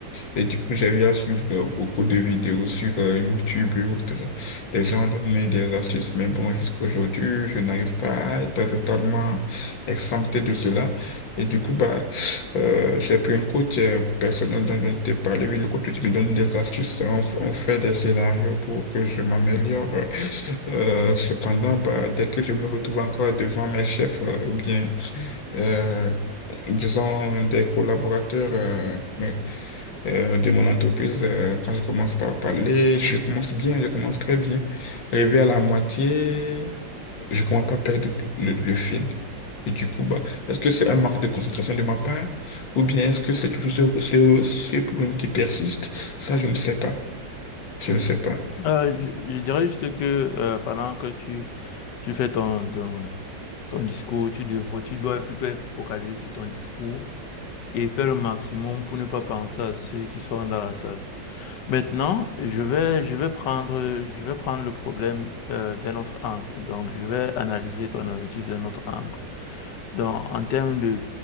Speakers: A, on the left; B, on the left.
A: Et du coup, j'ai eu à suivre euh, beaucoup de vidéos sur euh, YouTube et autres. euh, Des gens donnaient des astuces, mais bon, jusqu'à aujourd'hui, je n'arrive pas à être totalement exempté de cela. Et du coup, bah, euh, j'ai pris un coach euh, personnel dont je t'ai parlé. Oui, le coach qui me donne des astuces. On, f- on fait des scénarios pour que je m'améliore. Euh, cependant, bah, dès que je me retrouve encore devant mes chefs, euh, ou bien, euh, disons, des collaborateurs, euh, euh, de mon entreprise, euh, quand je commence par parler, je commence bien, je commence très bien. Arrivé à la moitié, je commence pas à perdre le, le fil. Et du coup, bah, est-ce que c'est un manque de concentration de ma part ou bien est-ce que c'est toujours ce, ce, ce problème qui persiste? Ça, je ne sais pas. Je ne sais pas.
B: Euh, je, je dirais juste que euh, pendant que tu, tu fais ton, ton, ton discours, tu devrais, tu dois plutôt être focalisé sur ton discours et faire le maximum pour ne pas penser à ceux qui sont dans la salle. Maintenant, je vais, je vais prendre, je vais prendre le problème euh, d'un autre angle. Donc, je vais analyser ton objectif d'un autre angle. Donc, en termes de,